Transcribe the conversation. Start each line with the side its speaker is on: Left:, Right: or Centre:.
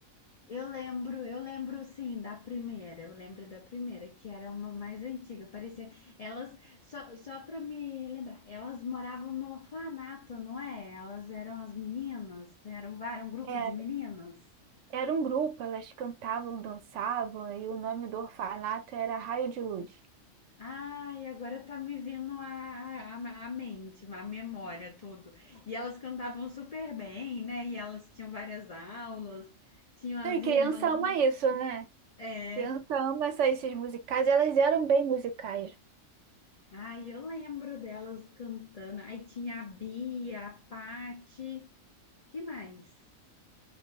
Left: Eu lembro, eu lembro sim da primeira. Eu lembro da primeira, que era uma mais antiga. Parecia. Elas, só, só pra me lembrar, elas moravam no orfanato, não é? Elas eram as meninas, eram, vários um grupo
Right: É,
Left: de meninas.
Right: era um grupo, elas cantavam, dançavam, e o nome do orfanato era Raio de Luz.
Left: Ai, agora tá me vindo a, a, a mente, a memória, tudo. E elas cantavam super bem, né? E elas tinham várias aulas, tinham as
Right: Não, E criança
Left: irmãs.
Right: ama isso, né?
Left: É.
Right: Criança ama essa- esses musicais, e elas eram bem musicais.
Left: Ai, eu lembro delas cantando. Aí tinha a Bia, a Pati, que mais?